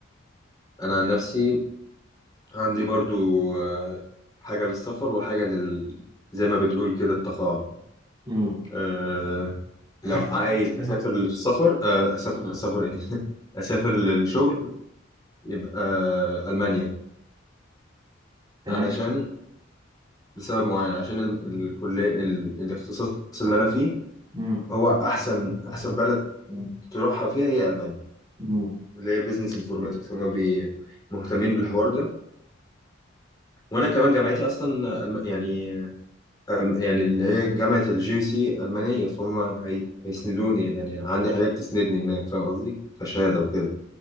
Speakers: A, on the left (about 20°); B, on the right (about 20°).
A: أنا عن نفسي عندي برضو آه، حاجة للسفر وحاجة لل زي ما بتقول كده التقاعد
B: امم
A: أه لو عايز أسافر للسفر آه، أسافر للسفر إيه؟ <laughs> أسافر للشغل يبقى آه، ألمانيا
B: تمام
A: علشان لسبب معين عشان ال- الكلية ال- الاختصاص اللي أنا فيه
B: امم
A: هو أحسن أحسن بلد تروحها فيها هي ألمانيا
B: امم
A: اللي هي بيزنس انفورماتكس هما بي مهتمين بالحوار ده وأنا كمان جامعتي أصلا ألم- يعني ألم- يعني اللي هي جامعة الجي سي ألمانية فهم هي... هيسندوني يعني عندي حاجات تسندني هناك فاهم قصدي كشهادة وكده